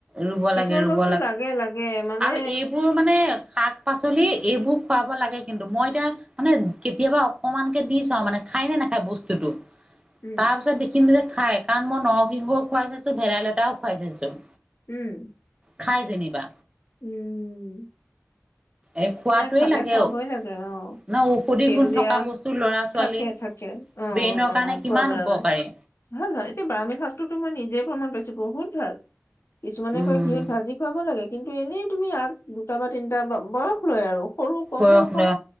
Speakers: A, on the right; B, on the left.
A: ৰুব
B: কিছুমান
A: লাগে ৰুব
B: বস্তু লাগে, লাগে। মানে
A: আৰু এইবোৰ মানে, শাক -পাচলি এইবোৰ খুৱাব লাগে কিন্তু। মই এতিয়া, মানে কেতিয়াবা অকমানকে দি চাওঁ মানে, খায় নে নাখায় বস্তুটো।
B: উম,
A: তাৰপিছত, দেখিম যে খায়। কাৰণ, মই নৰসিংহও খুৱাই চাইছোঁ, ভেলাইলতাও খুৱাই চাইছোঁ।
B: উম!
A: খায় যেনিবা।
B: উম!
A: এ খোৱাটোৱে
B: নাই খালে,
A: লাগে
B: খোৱাবই
A: ন
B: লাগে। অ'!
A: ঔষধি
B: সেউজীয়া?
A: গুণ থকা বস্তু ল'ৰা ছোৱালী
B: থাকে, থাকে। অ'!
A: ব্ৰেইনৰ
B: অ'!
A: কাৰণে কিমান
B: খুৱাব লাগে
A: উপকাৰী
B: ভাল হয়। ব্ৰাক্ষ্মটো মই নিজে প্ৰমাণ পাইছোঁ। বহুত ভাল! কিছুমানে
A: উম
B: কয়, ঘিউত ভাজি খুৱাব লাগে। কিন্তু, এনেই তুমি আগ দুটা বা তিনটা বয়স লয় আৰু সৰু কম
A: বয়স
B: বয়সৰ
A: লৈ